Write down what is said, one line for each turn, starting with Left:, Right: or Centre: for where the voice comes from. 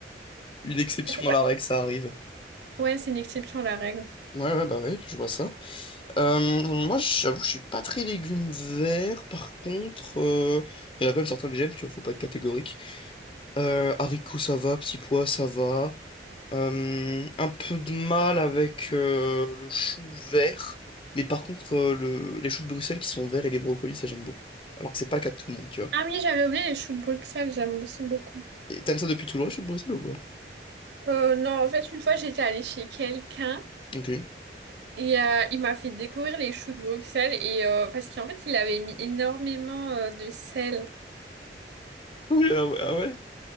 Left: une exception
Right: Ah, c'est pas-
Left: à la règle, ça arrive.
Right: Ouais, c'est une exception à la règle.
Left: Ouais, ouais, bah ouais, je vois ça. Euh, moi, j'avoue, je suis pas très légumes verts, par contre, euh, il y en a quand même certains que j'aime, tu vois, faut pas être catégorique. Euh, haricots, ça va, petits pois, ça va. Euh, un peu de mal avec euh, le chou vert, mais par contre, euh, le, les choux de Bruxelles qui sont verts et les brocolis, ça j'aime beaucoup. Alors que c'est pas le cas de tout le monde, tu vois.
Right: Ah oui, j'avais oublié les choux de Bruxelles, j'aime aussi beaucoup.
Left: Et t'aimes ça depuis toujours, les choux de Bruxelles ou pas?
Right: Euh, non, en fait, une fois, j'étais allée chez quelqu'un
Left: Ok.
Right: et euh, il m'a fait découvrir les choux de Bruxelles et euh, parce qu'en fait, il avait mis énormément euh, de sel.
Left: Oui, ah ouais. ah ouais.